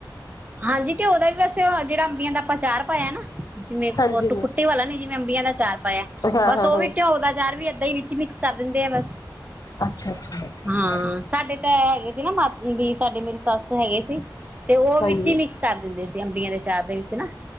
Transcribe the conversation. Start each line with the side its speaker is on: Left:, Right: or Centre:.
Right: ਹਾਂਜੀ ਤੇ ਉਹਦਾ ਵੀ ਵੈਸੇ ਜਿਹੜਾ ਅੰਬੀਆਂ ਦਾ ਆਚਾਰ ਪਾਇਆ ਨਾ ਜਿਵੇਂ
Left: ਹਾਂਜੀ
Right: ਉਹ ਕੁੱਟੀ ਵਾਲਾ ਨੀ ਜਿਵੇਂ ਅੰਬੀਆਂ ਦਾ ਆਚਾਰ ਪਾਇਆ
Left: ਹਾਂ
Right: ਬਸ
Left: ਹਾਂ
Right: ਉਹ
Left: ਹਾਂ
Right: ਵੀ ਟਿਓ ਦਾ ਚਾਰ ਵੀ ਏਦਾਂ ਹੀ ਜੀ ਮਿਕਸ ਕਰ ਦਿੰਦੇ ਆ ਬਸ
Left: ਅੱਛਾ ਅੱਛਾ ਠੀਕ
Right: ਹਾਂ
Left: ਹੈ
Right: ਸਾਡੇ ਤਾਂ ਹੈਗੇ ਸੀ ਨਾ ਮਾ ਵੀ ਸਾਡੇ ਮੇਰੀ ਸੱਸ ਹੈਗੇ ਸੀ ਤੇ ਉਹ
Left: ਹਾਂਜੀ
Right: ਵਿੱਚ ਹੀ ਮਿਕਸ ਕਰ ਦਿੰਦੇ ਸੀ ਤੇ ਅੰਬੀਆਂ ਦੇ ਚਾਰ ਦੇ ਵਿੱਚ ਨਾ